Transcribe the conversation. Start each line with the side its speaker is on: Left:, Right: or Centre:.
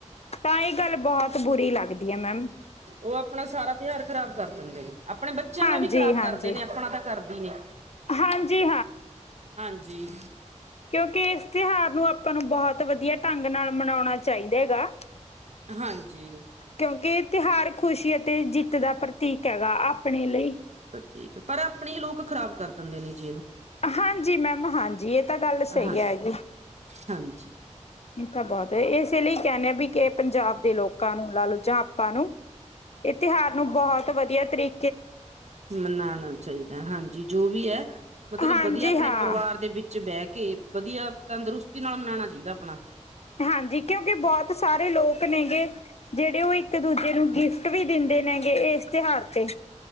Left: ਤਾਂ ਏ ਗੱਲ ਬੋਤ ਬੁਰੀ ਲੱਗਦੀ ਐ ਮੈਮ।
Right: ਓ ਆਪਨਾ ਸਾਰਾ ਤਿਹਾਰ ਖ਼ਰਾਬ ਕਰ ਦਿੰਦੇ ਨੇ। ਆਪਨੇ ਬੱਚੇਆਂ
Left: ਹਾਂਜੀ
Right: ਦਾ ਵੀ ਖ਼ਰਾਬ
Left: ਹਾਂਜੀ
Right: ਕਰਦੇ ਨੇ ਆਪਨਾ ਤਾਂ ਕਰਦੀ ਨੇ।
Left: ਹਾਂਜੀ
Right: ਹਾਂਜੀ।
Left: ਕਿਓਂਕਿ ਇਸ ਤਿਉਹਾਰ ਨੂੰ ਆਪਾਂ ਨੂੰ ਬਹੋਤ ਵਦੀਆ ਢੰਗ ਨਾਲ ਮਨੌਨਾ ਚਾਈਦਾ ਗਾ।
Right: ਹਾਂਜੀ
Left: ਕਿਓਂਕਿ ਏ ਤਿਹਾਰ ਖ਼ੁਸ਼ੀ ਅਤੇ ਜਿੱਤ ਦਾ ਪ੍ਰਤੀਕ ਹੈਗਾ ਆਪਨੇ ਲਈ।
Right: ਠੀਕ ਐ ਪਰ ਆਪਨੇ ਈ ਲੋਕ ਖ਼ਰਾਬ ਕਰ ਦਿੰਦੇ ਨੇ ਜੀ ਏਨੂੰ।
Left: ਹਾਂਜੀ ਮੈਮ ਹਾਂਜੀ ਏ ਤਾਂ ਗੱਲ ਸਈ
Right: ਹਾਂ
Left: ਐ ਗੀ।
Right: ਹਾਂਜੀ
Left: ਏ ਤਾਂ ਬੋਤ ਐ ਏਸੇ ਲਈ ਕੈਂਨੇ ਆਂ ਵੀ ਕੇ ਪੰਜਾਬ ਦੇ ਲੋਕਾਂ ਨੂੰ ਲਾਲੋ ਜਾਂ ਆਪਾਂ ਨੂੰ ਏ ਤਿਹਾਰ ਨੂੰ ਬੋਤ ਵਦੀਆ ਤਰੀ
Right: ਮਨਾਨਾ ਚਾਈਦਾ ਐ ਹਾਂਜੀ ਜੋ ਵੀ ਐ, ਮਤਲਬ
Left: ਹਾਂਜੀ
Right: ਵਦੀਆ ਆਪਨੇ
Left: ਹਾਂ
Right: ਪਰਿਵਾਰ ਦੇ ਵਿੱਚ ਵਿੱਚ ਬੈ ਕੇ ਵਦੀਆ ਤੰਦਰੁਸਤੀ ਨਾਲ ਮਨਾਨਾ ਚਾਈਦਾ ਆਪਨਾ।
Left: ਹਾਂਜੀ, ਕਿਓਂਕਿ ਬੋਤ ਸਾ ਸਾਰੇ ਲੋਕ ਨੇ ਗੇ ਜੇੜੇ ਓ ਇੱਕ ਦੂਜੇ ਨੂੰ ਗਿਫਟ ਵੀ ਦਿੰਦੇ ਨੇ ਗੇ ਏਸ ਤਿਹਾਰ ਤੇ।